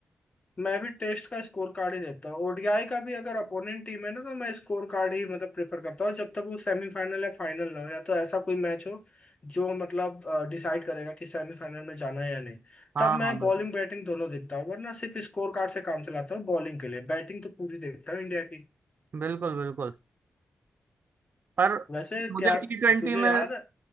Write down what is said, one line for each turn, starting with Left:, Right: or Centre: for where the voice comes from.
Left: मैं भी टेस्ट का स्कोर कार्ड ही देखता हूँ ओडीआई का भी अगर अपोनेंट टीम है ना तो मैं स्कोर कार्ड ही मतलब प्रेफर करता हूँ जब तक वो सेमीफाइनल या फाइनल ना हो या तो ऐसा कोई मैच हो जो मतलब डिसाइड करेगा कि सेमीफाइनल में जाना है या नहीं
Right: हाँ
Left: तब मैं
Right: हाँ बिल्कुल
Left: बॉलिंग बैटिंग दोनों देखता हूँ वरना सिर्फ स्कोर कार्ड से काम चलाता हूँ बॉलिंग के लिए बैटिंग तो पूरी देखता हूँ इंडिया की
Right: बिल्कुल बिल्कुल पर
Left: वैसे
Right: मुझे
Left: क्या
Right: टी ट्वेंटी
Left: तुझे
Right: में
Left: याद